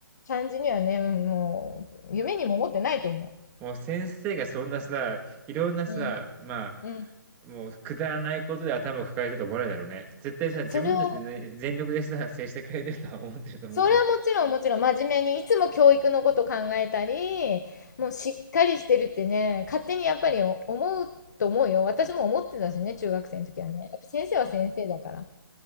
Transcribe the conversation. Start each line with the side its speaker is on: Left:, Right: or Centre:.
Left: 感じにはね、もう夢にも思ってないと思う。
Right: もう先生がそんなさ、いろんなさ、
Left: うん
Right: ま
Left: うん。
Right: あ、もうくだらないことで頭を抱えてると思わないだろうね。絶対さ、自分たちでね、
Left: それを、
Right: 全力でさ、接してくれてるとは思ってると思うのよ。
Left: それはもちろんもちろん真面目にいつも教育のこと考えたり、もうしっかりしてるってね、勝手にやっぱり思うと思うよ。私も思ってたしね、中学生の時はね。やっぱ先生は先生だから。